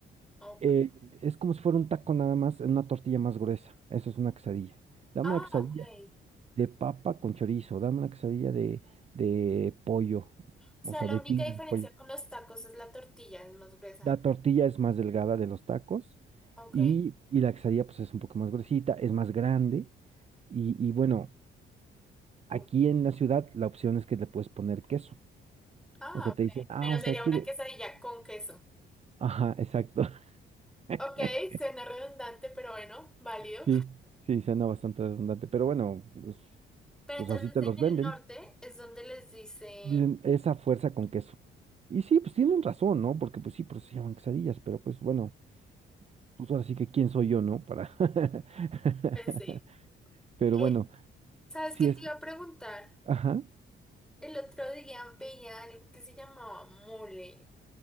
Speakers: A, in the centre; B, on the right.
A: Ok.
B: Eh, es como si fuera un taco nada más, en una tortilla más gruesa. Eso es una quesadilla. Dame
A: Ah,
B: una quesadilla
A: ok.
B: de papa con chorizo, dame una quesadilla de, de pollo,
A: O sea,
B: o sea,
A: la
B: de
A: única
B: tinga
A: diferencia
B: de pollo.
A: con los tacos es la tortilla, es más gruesa.
B: La tortilla es más delgada de los tacos
A: Ok.
B: y, y la quesadilla pues es un poco más gruesita, es más grande y, y bueno. Aquí
A: Oh.
B: en la ciudad la opción es que le puedes poner queso.
A: Ah,
B: O sea,
A: ok.
B: te dicen, ah,
A: Pero
B: o
A: sería
B: sea, quiere...
A: una quesadilla con queso.
B: Ajá, exacto. <laughs>
A: Ok, suena redundante, pero bueno, válido.
B: Sí, sí, suena bastante redundante. Pero bueno, pues,
A: Pero
B: pues
A: entonces
B: así te
A: en
B: los
A: el
B: venden.
A: norte es donde les dicen...
B: Dicen, esa fuerza con queso. Y sí, pues tienen razón, ¿no? Porque pues sí, por eso se llaman quesadillas, pero pues bueno, pues ahora sí que quién soy yo, ¿no? Para... <laughs>
A: Pues sí.
B: Pero
A: Eh,
B: bueno,
A: ¿sabes
B: si
A: qué te
B: es...
A: iba a preguntar?
B: Ajá.
A: El otro día veía algo que se llamaba mole.